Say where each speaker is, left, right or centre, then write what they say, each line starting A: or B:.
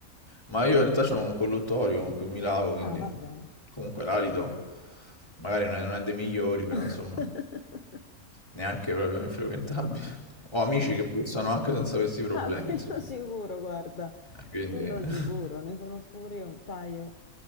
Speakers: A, on the left; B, on the left.
A: Ma io in realtà c'ho un colluttorio con cui mi lavo, quindi
B: Ah, vabbè.
A: comunque l'alito magari non è, non è dei migliori, però
B: <laughs>
A: insomma, neanche proprio infrequentabile. <laughs> Ho amici che
B: No.
A: puzzano anche senza questi problemi,
B: Ah, quello
A: insomma.
B: sicuro, guarda,
A: Eh, Quindi
B: quello
A: eh, <laughs>
B: sicuro, ne conosco pure io un paio